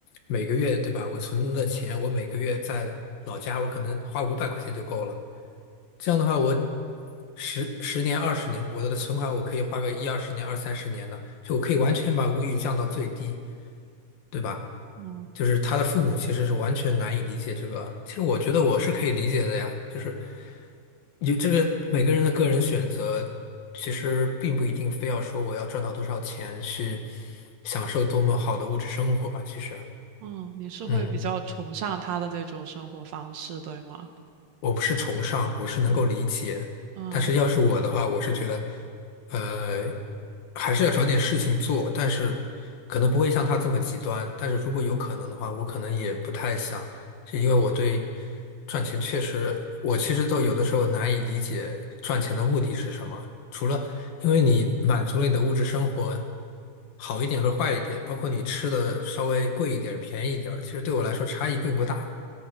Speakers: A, on the left; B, on the right.
A: 每个月对吧，我存的钱，我每个月在老家，我可能花五百块钱就够了。这样的话，我十十年、二十年，我的存款我可以花个一二十年、二三十年的，就我可以完全把物欲降到最低，对吧？
B: 嗯
A: 就是他的父母其实是完全难以理解这个，其实我觉得我是可以理解的呀，就是。有这个每个人的个人选择，其实并不一定非要说我要赚到多少钱去享受多么好的物质生活吧。其实，
B: 嗯，你是会比较崇尚他的这种生活方式，
A: 嗯，
B: 对吗？
A: 我不是崇尚，我是能够理解。
B: 嗯嗯。
A: 但是要是我的话，我是觉得，呃，还是要找点事情做，但是可能不会像他这么极端。但是如果有可能的话，我可能也不太想，是因为我对赚钱确实，我其实都有的时候难以理解赚钱的目的是什么。除了因为你满足了你的物质生活好一点和坏一点，包括你吃的稍微贵一点、便宜一点，其实对我来说差异并不大。